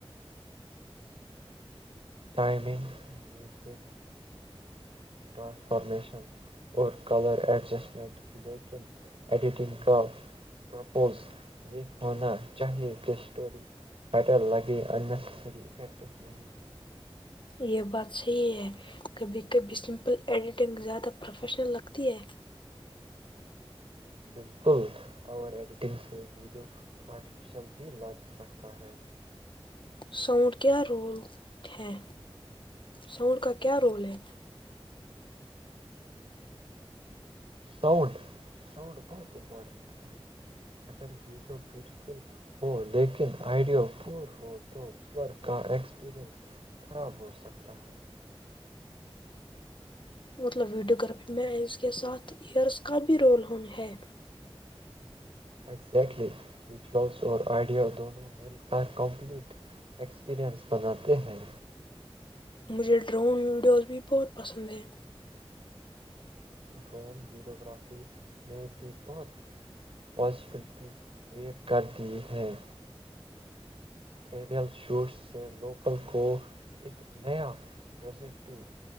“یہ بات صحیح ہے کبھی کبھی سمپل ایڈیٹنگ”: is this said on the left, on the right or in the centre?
Left